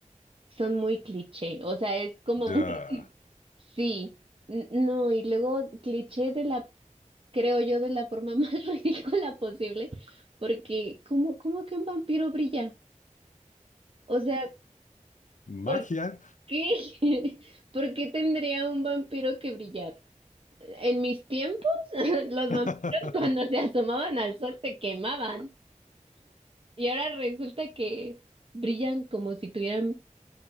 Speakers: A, on the right; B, on the left.
A: son muy cliché, o sea, es como
B: Ya.
A: muy, sí, n- no, y luego cliché de la, creo yo, de la forma <laughs> más ridícula posible, porque ¿cómo, cómo que un vampiro brilla? O sea,
B: Magia.
A: ¿por qué? <laughs> ¿Por qué tendría un vampiro que brillar? En mis tiempos, <laughs> los
B: <laughs>
A: vampiros cuando se asomaban al sol se quemaban y ahora resulta que brillan como si tuvieran...